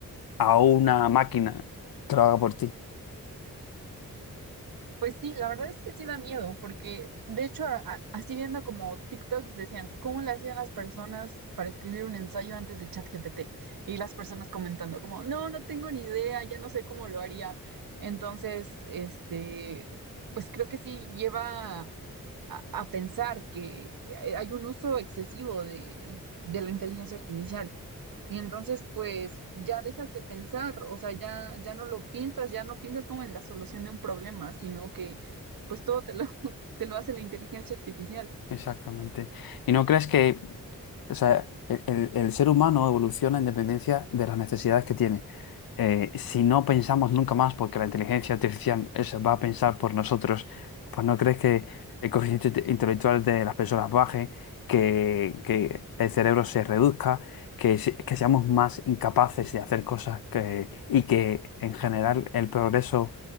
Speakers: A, on the left (about 80°); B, on the right (about 75°).
A: a una máquina que lo haga por ti.
B: Pues sí, la verdad es que sí da miedo, porque de hecho, a- a- así viendo como TikToks decían, ¿cómo le hacían las personas para escribir un ensayo antes de ChatGPT? Y las personas comentando como, no, no tengo ni idea, ya no sé cómo lo haría. Entonces, este, pues creo que sí lleva a, a pensar que eh, hay un uso excesivo de, de la inteligencia artificial. Y entonces, pues, ya dejas de pensar, o sea, ya, ya no lo piensas, ya no piensas como en la solución de un problema, sino que, pues, todo te lo, <laughs> te lo hace la inteligencia artificial.
A: Exactamente. ¿Y no crees que O sea, el, el- el ser humano evoluciona en dependencia de las necesidades que tiene. Eh, si no pensamos nunca más porque la inteligencia artificial es- va a pensar por nosotros, pues no crees que el coeficiente inte- intelectual de las personas baje, que, que el cerebro se reduzca, que, se- que seamos más incapaces de hacer cosas que, y que en general el progreso